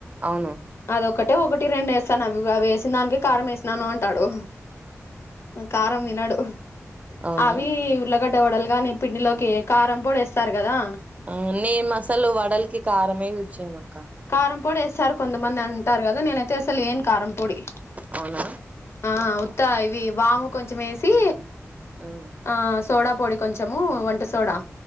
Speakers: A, on the right (about 30°); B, on the left (about 55°).
A: అవును
B: అదొకటే ఒకటి రెండు ఏస్తాను అవి ఏసినదానికే కారం ఏసినాను అంటాడు. కారం తినడు
A: అవునా
B: అవీ ఉల్లగడ్డ వడలు గానీ పిండిలోకి కారంపొడి ఏస్తారు గదా
A: ఆ నేను అసలు వడల్కి కారమే యూజ్ చేయమక్క
B: కారంపొడి ఏస్తారు కొంతమంది అంటారు గదా నేనైతే అసలు ఏయను కారంపొడి
A: అవునా
B: ఆ ఉత్త ఇవి వాము కొంచెం ఏసీ
A: ఉమ్మ్
B: ఆ సోడా పొడి కొంచెము, వంట సోడా